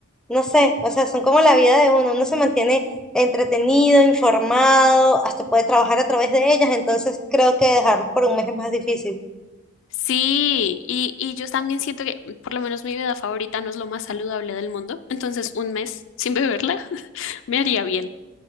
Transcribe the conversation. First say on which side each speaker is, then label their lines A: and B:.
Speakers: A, in the centre; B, on the left.
A: no sé, o sea, son como la vida de uno, uno se mantiene entretenido, informado, hasta puede trabajar a través de ellas, entonces creo que dejarlas por un mes es más difícil.
B: Sí, y, y yo también siento que mm, por lo menos mi vida favorita no es lo más saludable del mundo, entonces un mes sin beberla <laughs> me haría bien.